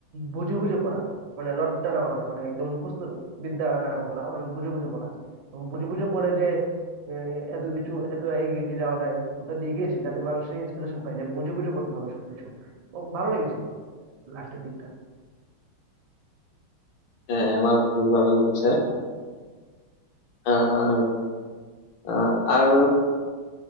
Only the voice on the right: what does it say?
বুঝে বুঝে পড়া মানে রটটা না মারা মানে একদম মুখস্থ বিদ্যা না করা মানে বুঝে বুঝে পড়া এবং বুঝে বুঝে পড়ে যে আহ, এত কিছু এত এগিয়ে যাওয়া যায় ওটা দেখিয়েছে যাতে মানুষের ইন্সপিরেশন পায় যে বুঝে বুঝে পড়তে হবে সবকিছু ও ভালো লেগেছে লাস্টের দিকটা